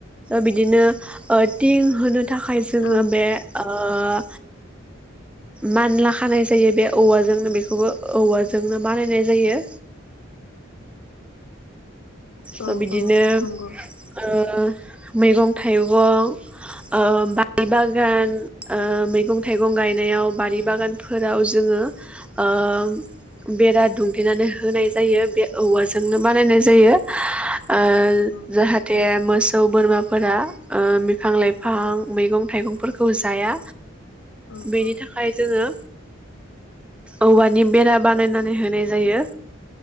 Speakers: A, in the centre; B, on the left (about 75°).
A: बिदिनो ओ थिं थाखाय जोङो
B: औ
A: बे ओ ओ मानला खानाय जायो बे औवाजोंनो बेखौबो औवाजोंनो बानायनाय जायो
B: औ
A: स बिदिनो
B: औ नंगौ
A: ओ मैगं थाइगं ओ बारि बागान ओ मैगं थाइगं गायनायाव बारि बागानफोराव जोङो ओ बेरा दुंथेनानै होनाय जायो बे औवाजोंनो बानायनाय जायो ओ
B: औ औ
A: जाहाथे मो मोसौ बोरमाफोरा ओ बिफां लाइफां मैगं थाइगंफोरखौ जाया
B: औ
A: बेनि
B: औ
A: थाखाय जोङो औवानि बेरा बानायनानै होनाय जायो